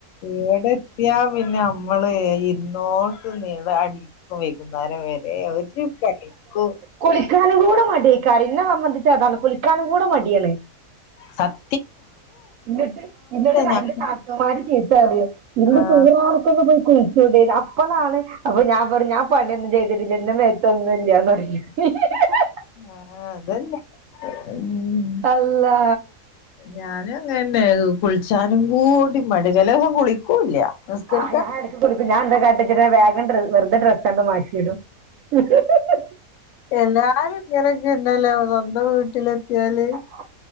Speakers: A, on the left; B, on the right.
A: ഇവിടെ എത്തിയാ പിന്നെ നമ്മള് ഇരുന്നോടത്തുന്നുഅടി <unintelligible> വൈകുന്നേരം വരെ ഒരു പണിക്കും
B: കുളിക്കാനും കൂടെ മടിയെക്കേരം എന്നെ സംബന്ധിച്ച് അതാണ് കുളിക്കാനും കൂടെ മടിയാണ്
A: സത്
B: എന്നിട്ട് എന്നിട്ട്
A: ഞാൻ
B: എന്റെ നാത്തുമാരു ചീത്ത പറയും എന്റെ
A: ആഹ്
B: സുഹറ നിനക്ക് ഒന്ന് പോയി <unintelligible> അപ്പളാണ് അപ്പൊ ഞാൻ പറയും ഞാൻ പണിയൊന്നും ചെയ്തിട്ടില്ലന്റെ മേത്ത് <unintelligible>
A: ആഹ് ആഹ് അത് തന്നെ ഉം
B: അള്ളാ
A: ഞാനും അങ്ങനന്നെ കുളിച്ചാനും കൂടി മടി ചെലദിവസം കുളിക്കൂല്ല നിസ്കരിക്കാൻ
B: ആ ഞാൻ ഇടക്ക് കുളിക്കും ഞാ എന്താ കാട്ടചിട്ട വേഗം ഡ്ര വെറുതെ ഡ്രസ്സ്ണ്ട് മാറ്റിടും <unintelligible>
A: എല്ലാരും ഇങ്ങനൊക്കെന്നല്ലേ സ്വന്തം വീട്ടിലെത്തിയാല്
B: <inaudible>